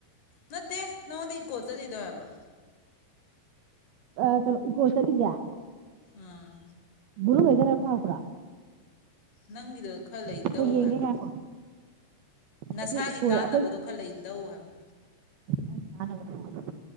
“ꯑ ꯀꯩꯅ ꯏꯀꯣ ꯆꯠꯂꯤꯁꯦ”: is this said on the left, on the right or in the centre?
Right